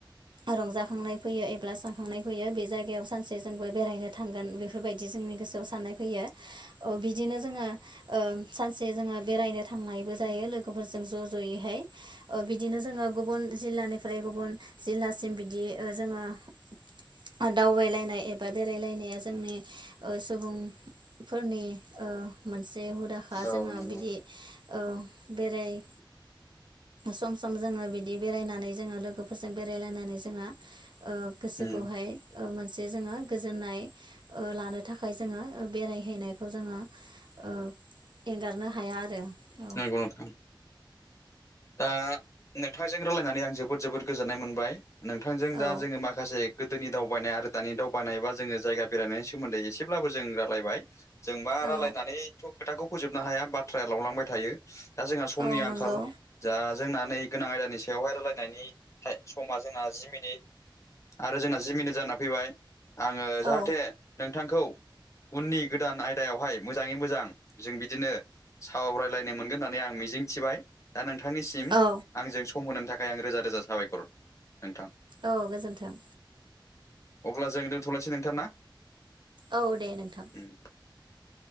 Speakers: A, on the right (about 65°); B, on the left (about 35°).
A: रंजाखांनाय फैयो एब्ला सानखांनाय फैयो बे जायगायाव सानसे जोंबो बेरायनो- थांगोन। बेफोरबायदि जोंनि गोसोआव साननाय फैयो औ बिदिनो जोङो- ओं सानसे जोङो बेरायनो थांनायबो जायो लोगोफोरजों ज' ज'यैहाय। ओ बिदिनो जोङो गुबुन जिल्लानिफ्राय गुबुन जिल्लासिम बिदि ओ जोङो- ओ दावबायलायनाय एबा बेरायलायनाया जोंनि ओ सुबुं- फोरनि ओ मोनसे हुदाख
B: औ
A: जोङो
B: नंगौ
A: बिदि- औ बेराय- सम सम जोङो बिदि बेरायनानै जोङो लोगोफोरजों बेरायलायनानै जोङो- ओ गोसोखौहाय-
B: उम
A: ओ मोनसे जोङो गोजोननाय ओ लानो थाखाय जोङो बेरायहैनायखौ जोङो- ओ एंगारनो हाया आरो। औ
B: नंगौ नोंथां। दा नोंथांजों रायलायनानै आं जोबोद जोबोद गोजोननाय मोनबाय। नोंथांजों
A: औ
B: दा जोङो माखा से गोदोनि दावबायनाय आरो दानि दावबायनाय बा जोङो जायगा बेरायनायनि सोमोन्दै एसेब्लाबो जों रायलायबाय- जों मा
A: औ
B: रायलायनानैथ' खोथाखौ फोजोबनो हाया बाथ्राया लावलांबाय थायो दा जोंहा समनि
A: औ नंगौ
B: आंखाल। जा जोंना नै गोनां आयदानि सायावहाय रायलायनायनि फ्राय समा जोंना जि मिनिट। आरो जोंना जि मिनि जाना फैबाय आङो जाहाथे
A: औ
B: नोंथांखौ उननि गोदान आयदायावहाय मोजाङै मोजां जों बिदिनो सावरायलायनो मोनगोन होननानै आं मिजिंथिबाय। दा नोंथांनिसिम
A: औ
B: आंजों सम होनायनि थाखाय आं रोजा रोजा साबायखर नोंथां।
A: औ गोजोन्थों।
B: अब्ला जों दोनथ'लायसै नोंथां ना?
A: औ दे नोंथां।
B: उम